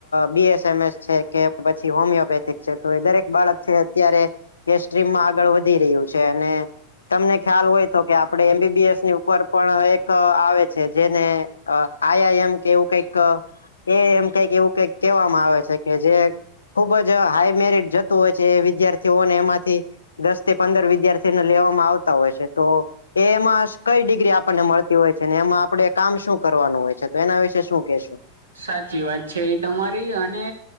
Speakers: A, on the left; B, on the right.
A: બી એસ એમ એસ છે કે પછી હોમિયોપે છે તો એ દરેક બાળક છે અત્યારે કે સ્રીમમાં આગળ વધી રહ્યું છે અને તમને ખ્યાલ હોય તો કે આપડે એમબીબીએસની ઉપર પણ એક આવે છે જેને અ આયા એમ કેવું કઈક એ એમ કઈક એવું કઈક કહેવામાં આવે છે કે જે ખુબ જ હાઈ મેરિટ જતું હોય છે વિદ્યાર્થીઓને એમાંથી દસ થી પંદર વિદ્યાર્થીને લેવામાં આવતા હોય છે તો એ એમાં કઈ ડિગ્રી આપણને મળતી હોય છે ને એમાં આપડે કામ શું કરવાનું હોય છે તો એના વિશે શું કેશું
B: સાચી વાત છે એ તમારી અને